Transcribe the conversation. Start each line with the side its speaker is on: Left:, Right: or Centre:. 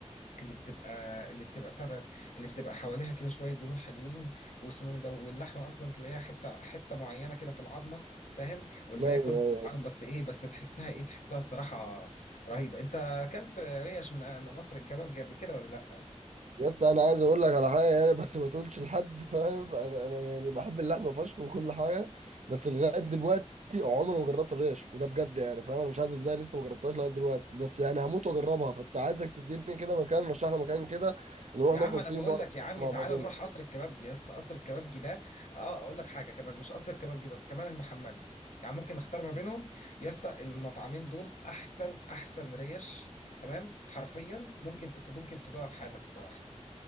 Left: اللي بتبقى اللي بتبقى بتاع ده اللي بتبقى حواليها كده شويه دهون حلوين واسمه ده واللحمه اصلا تلاقيها حته حته معينه كده في العظمه فاهم والباقي
Right: ايوه
Left: كله بس ايه بس تحسها ايه تحسها الصراحه رهيبه انت اكلت ريش من من قصر الكبابجي قبل كده ولا لا
Right: يس انا عايز اقول لك على حاجه يعني بس ما تقولش لحد فاهم انا انا يعني بحب اللحمه فشخ وكل حاجه بس لغايه دلوقتي عمري ما جربت الريش وده بجد يعني فاهم انا مش عارف ازاي لسه ما جربتهاش لغايه دلوقتي بس يعني هموت واجربها فانت عايزك تديني كده مكان رشح لي مكان كده نروح
Left: يا
Right: ناكل
Left: عم انا
Right: فيه
Left: بقول
Right: مره
Left: لك يا عمي
Right: مع
Left: تعالى
Right: بعضنا
Left: نروح قصر الكبابجي يا اسطى قصر الكبابجي ده اه اقول لك حاجه كمان مش قصر الكبابجي بس كمان المحمدي يعني ممكن اختار ما بينهم يا اسطى المطعمين دول احسن احسن ريش تمام حرفيا ممكن تت... ممكن تدوقها في حياتك الصراحه